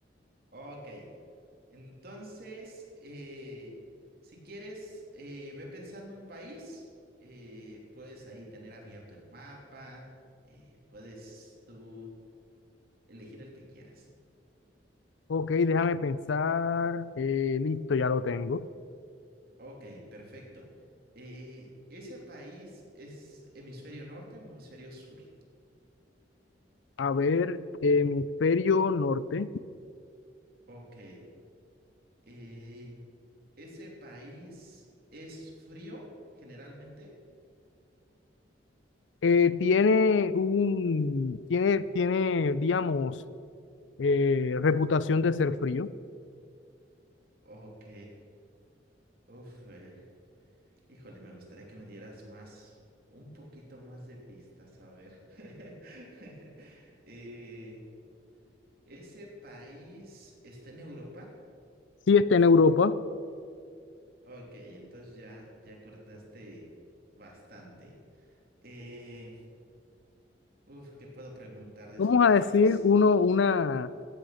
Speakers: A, on the right; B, on the left.
A: Ok, entonces, eh, si quieres, eh, ve pensando un país, eh, puedes ahí tener abierto el mapa, eh, puedes tú elegir el que quieras.
B: Ok, déjame pensar. Eh, listo, ya lo tengo.
A: Ok, perfecto. Eh, ¿ese país es hemisferio norte o hemisferio sur?
B: A ver, hemisferio norte.
A: Ok. eh, ¿ese país es frío generalmente?
B: Eh, tiene un, tiene, tiene, digamos, eh, reputación de ser frío.
A: Ok. Uf, eh, Híjole, me gustaría que me dieras más, un poquito más de pistas, a ver. <laughs> Eh, ¿ese país está en Europa?
B: Sí, está en Europa.
A: Ok, entonces ya, ya cortaste bastante. Eh, uf, ¿qué puedo preguntar de ese
B: Vamos
A: país?
B: a decir uno, una